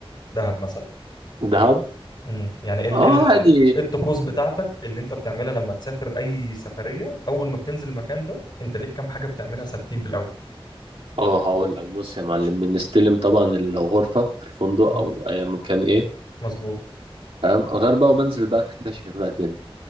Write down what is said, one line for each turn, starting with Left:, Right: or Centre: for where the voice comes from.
Left: دهب مثلا
Right: دهب
Left: امم يعني ايه ال-
Right: اه
Left: ايه ال-
Right: عادي
Left: إيه الطقوس بتاعتك اللي انت بتعملها لما تسافر اي سفريه اول ما بتنزل المكان ده انت ليك كام حاجه بتعملها ثابتين في الاول
Right: اه هقول لك بص يا معلم بنستلم طبعا الغرفة في الفندق
Left: اه
Right: أو أي مكان إيه
Left: مظبوط
Right: فاهم غير بقى وبنزل بقى أكتشف بقى الدنيا